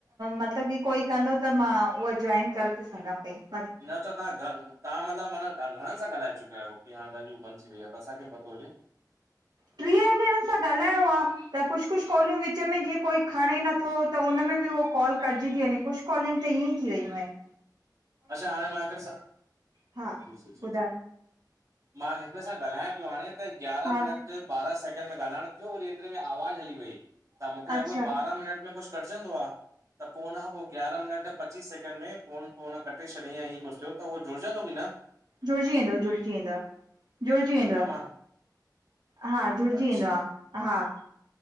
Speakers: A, on the right; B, on the right.
A: मतलबु की कोई कंदो त मां उहा जॉइन करे <unintelligible>
B: न त तां घर तां मतलबु माना घणनि सां ॻाल्हाए चुका आहियो, की हाणे तहांजी हू बंद थी वई आहे? त असांखे भी पतो हुजे।
A: टीहुंनि ॼणनि सां ॻाल्हाइयों आ। त कुछ कुछ कॉलियूं विच में जीअं कोई खणे नथो, त उ हुनमें बि उहो कॉल कटजी ती वंञे। कुछ कॉलिंग त ईअं ई थी वयूं आहिन।
B: अच्छा, हाणे मां हिकड़े सां
A: हा
B: जी जी जी
A: ॿुधायो
B: जी मां हिकुड़े सां ॻाल्हायां पियो हाणे, त ग्यारहं
A: हा
B: मिनट त बारह सेकंड में ॻाल्हाइण थियों, वरी एतरे में आवाज़ हली वई, त मूंखे लॻो
A: अच्छा
B: बारह मिनट में कुछ कटजंदो आ, त पोइ हुनखां पोइ ग्यारह मिनट ऐं पचीस सैकेंड में फोन पो उन कटे छॾीयई या ईअं कुछ थियो, त उहो जुड़जंदो की न?
A: जुड़िजी वेंदो जुड़जी वेंदव, जुड़जी वेंदव।
B: कंफर्म आ
A: हा, जुड़जी
B: अच्छा
A: वेंदो आ, हा